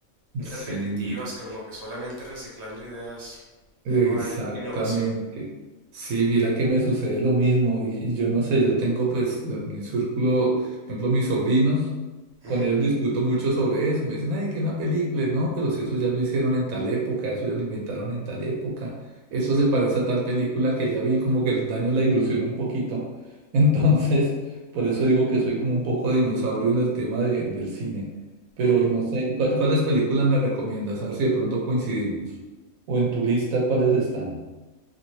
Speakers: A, on the right; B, on the right.
A: repetitivas,
B: sí.
A: como que solamente reciclando ideas, ya
B: Exactamente.
A: no hay innovación.
B: Sí, mira que me sucede lo mismo y, y yo no sé, yo tengo pues la- mi círculo, por ejemplo, mis sobrinos,
A: Ujú,
B: con ellos discuto mucho sobre eso, me dicen, ay, que una película, no, pero si eso ya lo hicieron en tal época, eso ya lo inventaron en tal época, eso se parece a tal película que ya vi, como que les daño la ilusión un poquito. <laughs> Entonces, por eso digo que soy como un poco dinosaurio en el tema de- del cine, pero
A: ujú.
B: no sé, ¿cuál- ¿cuáles películas me recomiendas? A ver si de pronto coincidimos o en tu lista, ¿cuáles están?